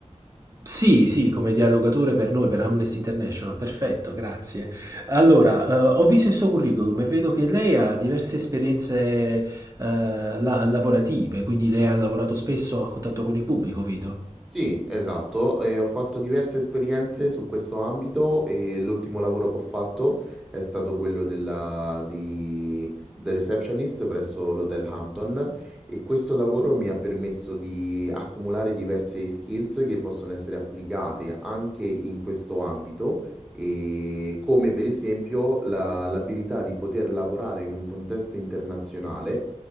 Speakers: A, on the right (about 30°); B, in the centre.
A: Sì, sì, come dialogatore per noi, per Amnesty International, perfetto, grazie. Allora, eh, ho visto il suo curriculum e vedo che lei ha diverse esperienze eh, la- lavorative, quindi lei ha lavorato spesso a contatto con il pubblico, vedo.
B: Sì, esatto, e ho fatto diverse esperienze su questo ambito e l'ultimo lavoro che ho fatto è stato quello della, di The Receptionist presso l'Hotel Hampton e questo lavoro mi ha permesso di accumulare diverse skills che possono essere applicate anche in questo ambito, e come per esempio la- l'abilità di poter lavorare in un contesto internazionale